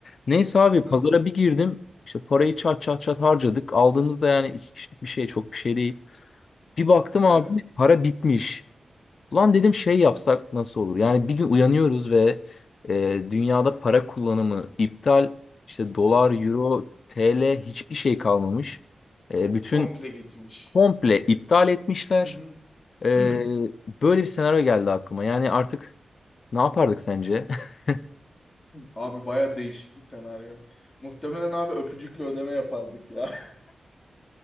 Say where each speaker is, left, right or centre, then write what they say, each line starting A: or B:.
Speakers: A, on the left; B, on the left.
A: Neyse abi
B: Hı. hı.
A: pazara bir girdim. İşte parayı çat çat çat harcadık. Aldığımızda yani iki kişilik bir şey çok bir şey değil. Bir baktım abi
B: Evet.
A: para bitmiş. Ulan dedim şey yapsak nasıl olur? Yani bir gün uyanıyoruz ve e, dünyada para kullanımı iptal. işte dolar,
B: Hı hı.
A: euro, TL hiçbir şey kalmamış. E, bütün
B: Komple gitmiş.
A: komple iptal etmişler.
B: Hı hı.
A: E,
B: <clears throat>
A: böyle bir senaryo geldi aklıma. Yani artık ne yapardık sence? <laughs>
B: Abi baya değişik bir senaryo. Muhtemelen abi öpücükle ödeme yapardık ya. <laughs>